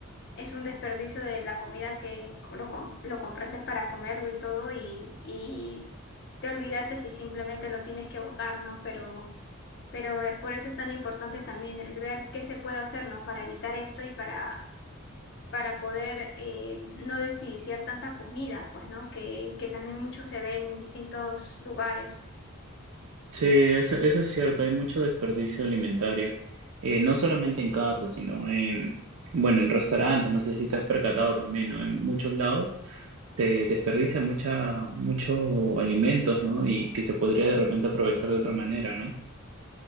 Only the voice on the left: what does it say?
Es un desperdicio de la comida que lo, com- lo compraste para comerlo y todo y, y te olvidaste si simplemente lo tienes que botar, ¿no? Pero, pero eh, por eso es tan importante también el ver qué se puede hacer, ¿no? Para evitar esto y para, para poder eh, no desperdiciar tanta comida, pues, ¿no? Que, que también mucho se ve en distintos lugares.